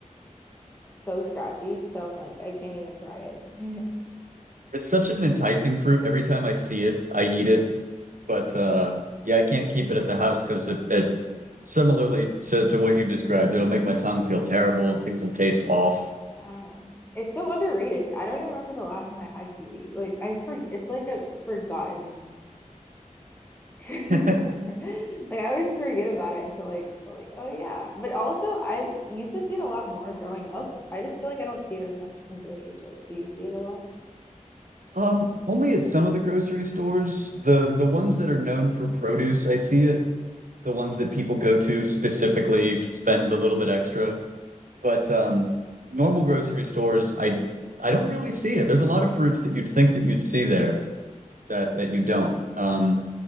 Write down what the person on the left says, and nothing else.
so scratchy, so I'm like I can't even try it.
<laughs> yeah. It's so underrated. I don't even remember the last time I had kiwi. Like I for it's like a forgotten <laughs> like
I always forget about it until like I'm like oh yeah. But also I used to see it a lot more growing up. I just feel like I don't see it as much in grocery stores. Do you see it a lot?
Mm,